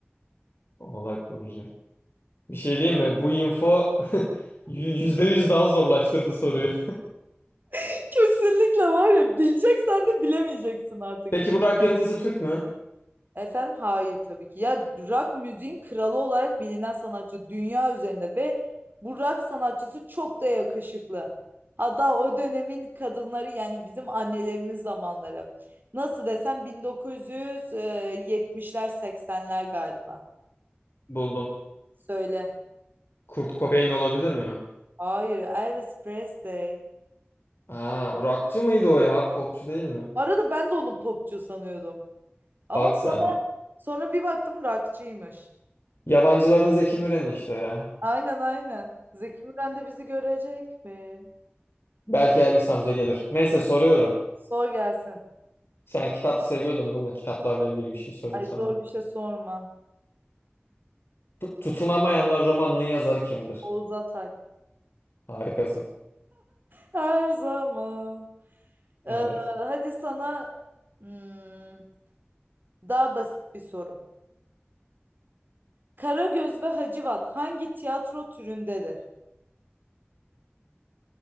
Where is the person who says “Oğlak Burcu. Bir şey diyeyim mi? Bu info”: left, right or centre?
Left